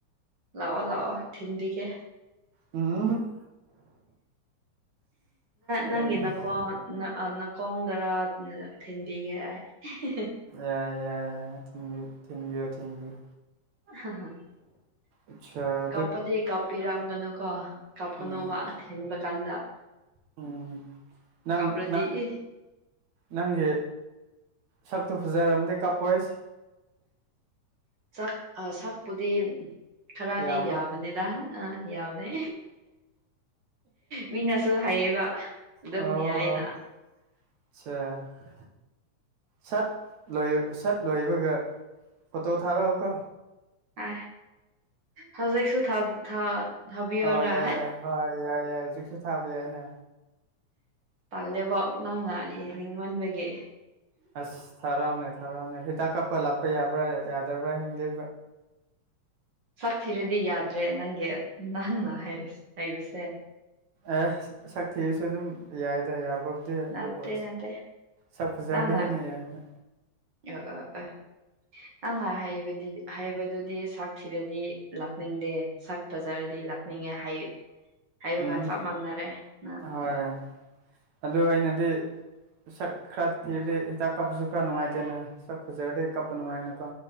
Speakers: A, on the right (about 45°); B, on the right (about 70°).
A: ꯂꯥꯛꯑꯣ ꯂꯥꯛꯑꯣ ꯊꯤꯟꯕꯤꯒꯦ
B: ꯎꯝ ꯌꯥꯏ
A: ꯅꯪꯒꯤ ꯅꯥꯈꯣꯡ ꯅꯥꯈꯣꯡꯗꯔꯥ ꯊꯤꯟꯕꯤꯒꯦ ꯑꯩ꯫ <unintelligible>
B: ꯌꯥꯏ ꯌꯥꯏ ꯌꯥꯏ ꯊꯤꯟꯕꯤꯌꯨ ꯊꯤꯟꯕꯤꯌꯨ ꯊꯤꯟꯗꯤꯌꯨ꯫
A: <unintelligible>
B: ꯑꯆꯥ
A: ꯀꯥꯞꯄꯗꯤ ꯀꯥꯞꯄꯤꯔꯝꯒꯅꯨ ꯀꯣ ꯀꯥꯞꯀꯅꯨꯕ
B: ꯎꯝ
A: ꯊꯤꯟꯕ ꯀꯥꯟꯗ꯫
B: ꯎꯝ ꯅꯪ
A: ꯀꯞꯔꯗꯤ
B: ꯅꯪ
A: ꯏ
B: ꯅꯪꯒꯤ ꯁꯛꯇꯨ ꯐꯖꯔꯝꯗꯦ ꯀꯥꯞꯄꯣꯏꯁ
A: ꯆꯥꯛ ꯑ ꯁꯥꯛꯄꯨꯗꯤ ꯈꯔꯗꯤ
B: ꯌꯥꯕ꯭ꯔꯥ
A: ꯌꯥꯕꯅꯦꯗ ꯑ ꯌꯥꯕꯅꯦ ꯃꯤꯅꯁꯨ ꯍꯥꯏꯌꯦꯕ ꯑꯗꯨꯝ
B: ꯑꯣ
A: ꯌꯥꯏꯌꯦꯅ
B: ꯑꯆꯥ ꯁꯠ ꯂꯣꯏ ꯁꯠ ꯂꯣꯏꯕꯒ ꯐꯣꯇꯣ ꯊꯥꯔꯛꯑꯣ ꯀꯣ
A: ꯑ ꯍꯧꯖꯤꯛꯁꯨ ꯊꯥ ꯊꯥ ꯊꯥꯕꯤꯌꯣꯔꯥ
B: ꯑꯧ ꯌꯥꯏ ꯌꯥꯏ ꯍꯣꯏ ꯌꯥꯏ ꯌꯥꯏ ꯍꯧꯖꯤꯛꯁꯨ ꯊꯥꯕ ꯌꯥꯏꯅ
A: ꯄꯜꯂꯦꯕꯣ ꯅꯪꯅ ꯌꯦꯡꯅꯤꯡꯃꯟꯕꯒꯤ
B: ꯑꯁ ꯊꯥꯔꯛꯎꯅꯦ ꯊꯥꯔꯛꯎꯅꯦ ꯍꯤꯗꯥꯛ ꯀꯥꯞꯄ ꯂꯥꯛꯄ ꯌꯥꯕ꯭ꯔꯥ ꯌꯥꯗꯕ꯭ꯔꯥ <unintelligible>
A: ꯁꯛ ꯊꯤꯔꯗꯤ ꯌꯥꯗ꯭ꯔꯦ ꯅꯪꯒꯤ ꯅꯪꯅ ꯍꯥꯏꯁ ꯍꯥꯏꯕꯁꯦ
B: ꯑꯦꯁ ꯁꯛ ꯊꯤꯔꯁꯨ ꯑꯗꯨꯝ ꯌꯥꯏꯗ ꯌꯥꯕ ꯗꯦ ꯑꯗꯨꯕꯨ
A: ꯅꯠꯇꯦ ꯅꯠꯇꯦ
B: ꯁꯛ ꯐꯖꯔꯗꯤ
A: ꯅꯪꯅ
B: ꯍꯦꯟꯅ ꯌꯥꯏꯅ
A: <unintelligible> ꯑꯃ ꯍꯥꯏꯕꯗꯤ ꯍꯩꯕꯗꯨꯗꯤ ꯁꯥꯛ ꯊꯤꯕꯗꯤ ꯂꯥꯛꯅꯤꯡꯗꯦ ꯁꯛ ꯄꯖꯔꯗꯤ ꯂꯥꯛꯅꯤꯡꯉꯦ ꯍꯥꯏꯌꯦ ꯍꯥꯏꯕꯒ
B: ꯎꯝ
A: ꯆꯞ ꯃꯥꯟꯅꯔꯦ ꯅꯪ
B: ꯍꯣꯏ ꯑꯗꯨ ꯑꯩꯅꯗꯤ ꯁꯛ ꯈꯔ ꯊꯤꯔꯗꯦ ꯍꯤꯗꯥꯛ ꯀꯥꯞꯄꯁꯨ ꯈꯔ ꯅꯨꯡꯉꯥꯏꯇꯦꯅ ꯁꯛ ꯐꯖꯔꯗꯤ ꯀꯞꯄ ꯅꯨꯡꯉꯥꯏꯅꯀꯣ꯫